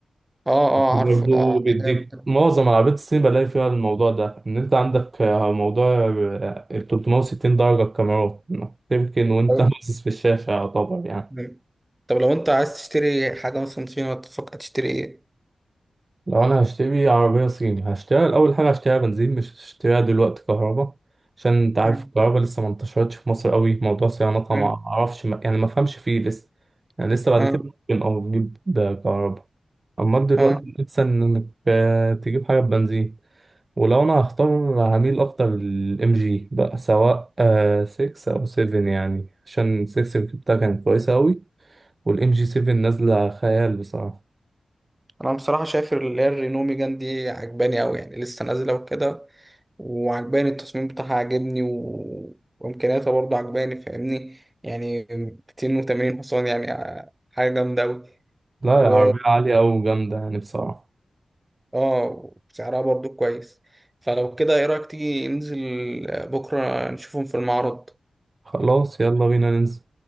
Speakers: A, on the right; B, on the right.
A: اه اه
B: برضو
A: عارفه ده
B: بيديك
A: ده جامد ده
B: معظم عربيات الصين بلاقي فيها الموضوع ده ان انت عندك آه، موضوع ال 360 درجة الكاميرا إنك تمكن وانت
A: طب
B: <laughs> باصص في الشاشة يعتبر يعني
A: مم. طب لو أنت عايز تشتري حاجة مثلا صينية تفكر تشتري إيه؟
B: لو انا هشتري عربية صيني هشتريها اول حاجة هشتريها بنزين مش هشتريها دلوقتي كهرباء عشان انت عارف
A: مم.
B: الكهرباء لسه ما انتشرتش في مصر قوي موضوع صيانتها
A: مم.
B: ما اعرفش ما يعني ما فهمش فيه لسه يعني لسه بعد
A: اه
B: كده ممكن او تجيب ده كهرباء اما دلوقتي
A: اه
B: لسه انك آه، تجيب حاجة بنزين ولو انا هختار هميل اكتر للام جي بقى سواء آه 6 او 7 يعني عشان 6 اللي جبتها كانت كويسة قوي والام جي 7 نازلة خيال بصراحة
A: أنا بصراحة شايف اللي هي الرينو ميجان دي عجباني أوي يعني لسه نازلة وكده وعجباني التصميم بتاعها عاجبني و... وامكانياتها برضه عجباني فاهمني يعني 280 حصان يعني آه، حاجه جامده قوي
B: لا
A: و
B: يا عربية عالية أوي وجامدة يعني بصراحة
A: اه سعرها برضه كويس فلو كده ايه رايك تيجي ننزل بكره نشوفهم في المعرض
B: خلاص يلا بينا ننزل